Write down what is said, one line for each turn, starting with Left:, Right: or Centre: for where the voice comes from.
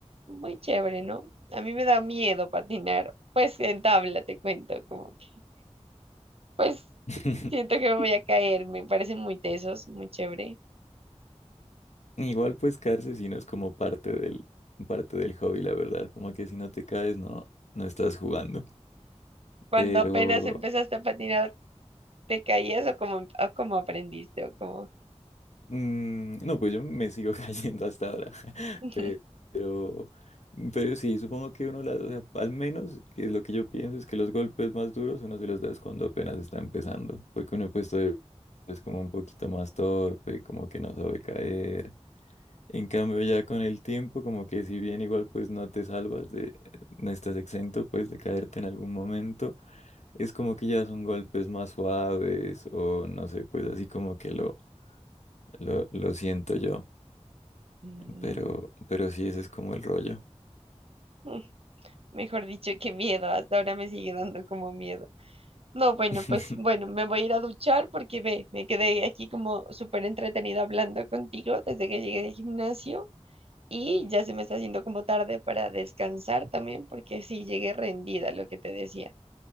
Right: muy chévere, ¿no? A mí me da miedo patinar, pues en tabla te cuento, como que, pues
Left: <laughs>
Right: siento que me voy a caer, me parecen muy tesos, muy chévere.
Left: Igual pues caerse si no es como parte del, parte del hobby, la verdad. Como que si no te caes, no, no estás jugando.
Right: Cuando
Left: Pero
Right: apenas empezaste a patinar, ¿te caías o como, como aprendiste o como...
Left: Mm, no, pues yo me sigo <laughs> cayendo hasta ahora. <laughs>
Right: <laughs>
Left: Pe- Pero, pero sí, supongo que uno las, o sea, al menos que es lo que yo pienso es que los golpes más duros uno se los da es cuando apenas está empezando. Porque uno pues todavía es como un poquito más torpe, como que no sabe caer. En cambio, ya con el tiempo, como que si bien igual pues no te salvas de, no estás exento pues de caerte en algún momento. Es como que ya son golpes más suaves o no sé, pues así como que lo lo, lo siento yo,
Right: Mm.
Left: pero, pero sí, ese es como el rollo.
Right: <laughs> Mejor dicho, qué miedo, hasta ahora me sigue dando como miedo. No, bueno,
Left: <laughs>
Right: pues bueno, me voy a ir a duchar porque ve, me quedé aquí como súper entretenida hablando contigo desde que llegué del gimnasio y ya se me está haciendo como tarde para descansar también porque sí llegué rendida, lo que te decía.